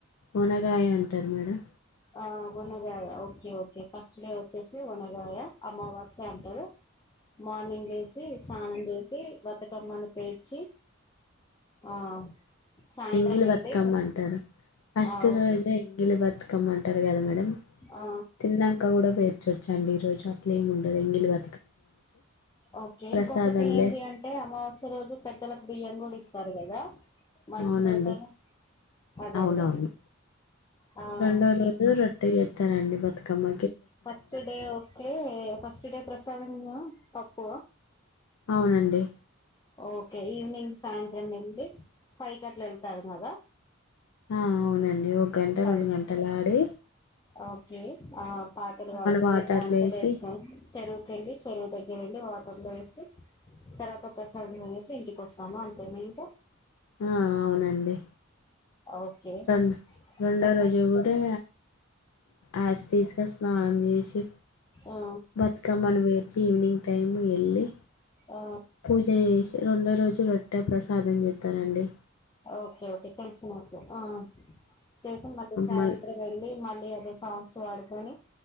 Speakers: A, on the left (about 85°); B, on the left (about 20°).
A: ఒనగాయ అంటారు మేడం
B: ఆ ఒనగాయ ఓకే ఓకే ఫస్ట్ డే వచ్చేసి ఒనగాయ అమావాస్య అంటారు. మార్నింగ్ లే సి స్నానం చేసి బతుకమ్మను పేర్చి ఆ సాయంత్రం
A: ఎంగిలి
B: వెళ్ళి
A: బతుకమ్మ అంటారు ఫస్ట్
B: ఆ ఓకే
A: రోజే ఎంగిలి బత్ కమ్మంటారు కదా మ్
B: ఆ
A: తిన్నాంక కూడా పేర్చొ చ్చండి ఈ రోజు అట్లలేం ఉండదు ఎంగిలి బ
B: ఓకే
A: ప్రసాదంలే
B: ఇంకొకటి ఏంది అంటే అమావాస్య రోజు పెద్దలకు బియ్యం కూడా ఇస్తారు, కదా మంచి
A: అవునండి.
B: రోజు అని. అదే
A: అవునవును.
B: అదే ఆ
A: రెండో రోజు
B: ఇ
A: రొట్టె చేతరండి Bathukamma
B: first day okay అంటే ఫస్ట్ డే ప్రసాదం పప్పు
A: అవునండి.
B: ఓకే ఈవినింగ్ సాయంత్రం వెళ్ళి ఫైకట్ల వెళ్తావ్ కదా
A: ఆ! అవునండి ఒక గంట
B: ఫైవ్
A: రెండు
B: కి
A: గంటలా ఆడే
B: ఓకే ఆ పాటలు పాడుకొని
A: వాటర్లేసి
B: డ్యాన్సులు వేసుకొని చెరువుకెళ్ళి చెరువు దగ్గర వెళ్లి వాటర్లో వేసి తర్వాత ప్రసాదము వేసి ఇంటికి వస్తాము అంతే మీకు
A: ఆ అవునం నండి
B: ఓకే
A: రెండో రెండో
B: సెకండ్
A: రోజు కూడా ఆస్ తీస్గా స్నానం చేసి
B: ఆ
A: బతుకమ్మను వేచి ఈవినింగ్ టైం వెళ్ళి
B: ఆ
A: పూజ చేసి రెండో రోజు రొట్టా ప్రసాదం చెస్తారండి.
B: ఓకే ఓకే తెలుసు ఆ చేసి మళ్ళీ సాయంత్రం
A: మళ్
B: వెళ్ళి మళ్ళీ సాసు వాడుకోని